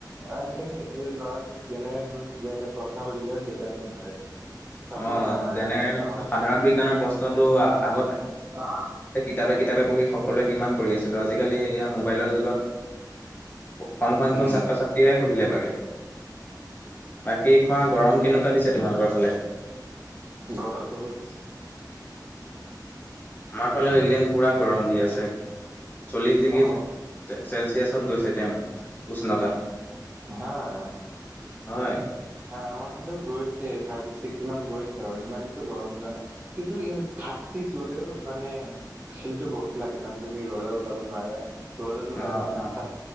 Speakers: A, on the right; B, on the left.
A: আজিকালি এই ল'ৰা ছোৱালী বেলাগ কিবা এটা প্ৰশ্ন সুধিলেও সেইকেইটাও নোৱাৰে। চাপ'জ
B: অ,
A: আমাৰ
B: জেনেৰেল
A: অ
B: সাধাৰণ বিজ্ঞানৰ প্ৰশ্নতটো আগতে
A: অ'
B: কিতাপে কিতাপে পঢ়ি সকলোৱে কিমান কৰি আছিলো আজিকালি মোবাইলৰ যুগত। কম সংখ্যক
A: উম
B: ছাত্ৰ ছাত্ৰীয়ে সুধিলে পাৰে। বাকী কোৱা গৰম কেনেকুৱা দিছে তোমালোকৰ ফালে?
A: গৰম বহুত
B: আমাৰ ফালেও এইকেইদিন পুৰা গৰম দি আছে। চল্লিশ ডিগ্ৰীত
A: অ
B: চেলচিয়াছ ত গৈছে তেওঁ উষ্ণতা
A: হয়।
B: হয়
A: আমাৰ ফালেও গৈছে। থাৰ্টি ছিক্স মান গৈ আছে বাৰু ইমানটো গৰম যোৱা নাই কিন্তু ই থাৰ্টি ছিক্স গলেও মানে ফিলটো বহুত লাগে মানে তুমি ৰ'দত ওলাব নোৱাৰা ৰ'জত ওলালে
B: অ
A: তুমাৰ
B: অ
A: চা